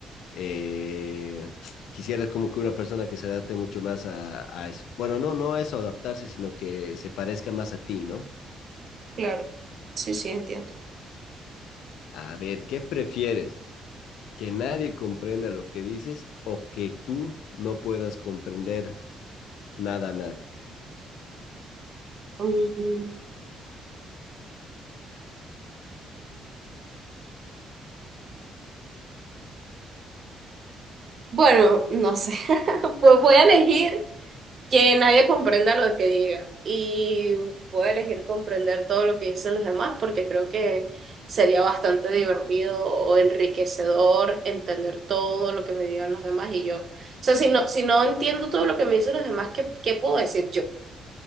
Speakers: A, on the left; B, on the right.
A: eh, <sniffs> quisiera como que una persona que se adapte mucho más a, a eso. Bueno, no, no a eso, adaptarse, sino que se parezca más a ti, ¿no?
B: claro, sí, sí, entiendo.
A: A ver, ¿qué prefieres? que nadie comprenda lo que dices o que tú no puedas comprender nada a nadie.
B: Mm, Bueno, no sé. <laughs> Pues voy a elegir que nadie comprenda lo que diga y voy a elegir comprender todo lo que dicen los demás porque creo que sería bastante divertido o enriquecedor entender todo lo que me digan los demás y yo. O sea, si no, si no entiendo todo lo que me dicen los demás, ¿qué, qué puedo decir yo?